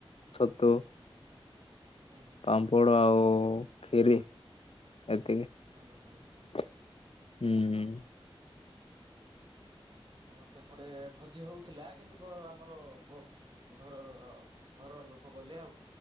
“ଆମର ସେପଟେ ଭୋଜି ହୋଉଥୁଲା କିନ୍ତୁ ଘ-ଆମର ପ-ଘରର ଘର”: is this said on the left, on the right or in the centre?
Right